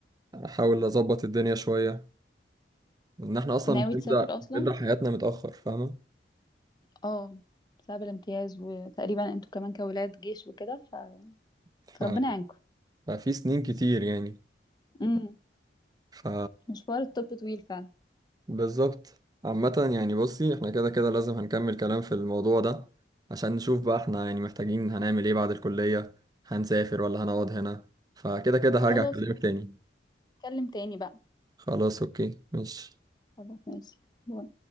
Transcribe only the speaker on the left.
ناوي
تسافر اصلا
اه بسبب الامتياز وتقريبا انتوا كمان كولاد جيش وكده ف...
فربنا يعينكم
امم
مشوار الطب طويل فعلا
خلاص
نتكلم تاني بقى
خلاص ماشي باي